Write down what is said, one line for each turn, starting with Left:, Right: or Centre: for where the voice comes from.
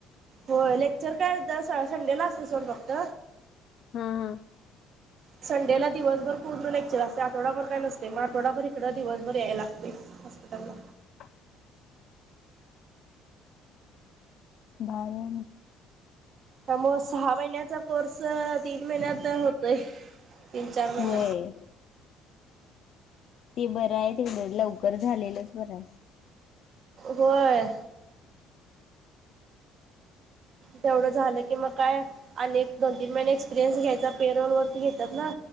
Right: हो लेक्चर कायदा संडेला असते सोड फक्त
Left: हा हम
Right: संडेला दिवसभर पूर्ण लेक्चर असते आठवडाभर काय नसते मग आठडाभर इकडं दिवसभर यायला लागते आला
Left: हा बारे
Right: त्या मग सहा महिन्याचा कोर्स तीन महिन्याचा होतय तीन चार महिन
Left: वय ते बरं आहे तिकडं लवकर झालेलंच बरं आहे
Right: होय तेवढं झालं की मग काय अनेक दोन तीन महिने एक्सपिरियन्स घ्यायचा पेरोोल वरती घेतात ना